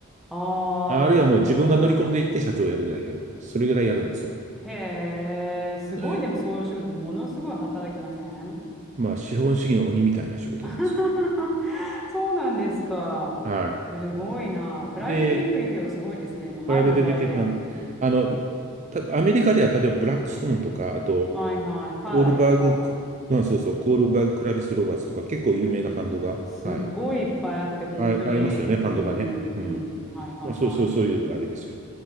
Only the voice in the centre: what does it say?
ああ、
なるほど。
へえ、すごい、
でもそういうお仕事、ものすごい働きません
<laughs> そうなんですか。
すごいな。プライベートイクイティはすごいですね。
でも入るの大変。
はいはい。カーライルとか。
すっごいいっぱいあって、
本当に。
うん、
うん。はいはいはい。